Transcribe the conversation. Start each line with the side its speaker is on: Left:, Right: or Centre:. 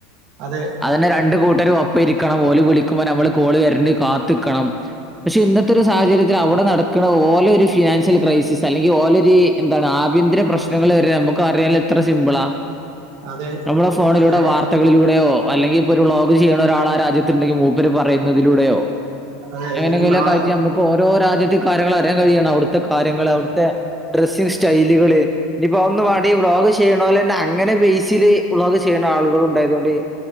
Right: അതെ
Centre: അതന്നെ രണ്ട് കൂട്ടരും ഒപ്പം ഇരിക്കണം ഓല് വിളി <unintelligible> നമ്മള് കോള് വര്നെ കാത്ത്ക്കണം പക്ഷെ ഇന്നത്തെ ഒരു സാഹചര്യത്തിൽ അവ്ടെ നട ക്ക്ണെ ഓലൊരു ഫിനാൻശ്യൽ ക്രൈസിസ് അല്ലെങ്കിൽ ഓലൊരു ഈ എന്താണ് ആഭ്യന്തര പ്രശ്നങ്ങൾ വരെ നമ്മക്ക് അറിയാലോ എത്ര സിമ്പ്ളാ.
Right: അതെ.
Centre: നമ്മുടെ ഫോണിലൂടെ
Right: അതെ
Centre: വാർത്തകളിലൂടെയോ അല്ലെങ്കി ഇപ്പോ ഒരു വ്ലോഗ് ചെയ്യണ ഒരാൾ ആ രാജ്യത്ത്ണ്ടെങ്കി പോവും. ഇവര് പറയുന്നതിലൂടെയോ.
Right: അതെ
Centre: അങ്ങനെയെങ്കിലൊക്കെ
Right: ഇ മാ.
Centre: ആയിട്ട് നമുക്ക് ഓരോ രാജ്യത്തെ കാര്യങ്ങൾ അറിയാൻ കയ്യാണ് അവിട്ത്തെ കാര്യങ്ങള് അവിടത്തെ ഡ്രെസ്സിംങ് സ്റ്റൈല്കള് ഇനിപ്പോ ഒന്ന് വാണ്ടേ വ്ലോഗ് ചെയ്യിനോലെന്നെ അങ്ങനെ ബേസില് വ്ലോഗ് ചെയ്യണ ആളുകൾ ഉണ്ടായതുകൊണ്ട്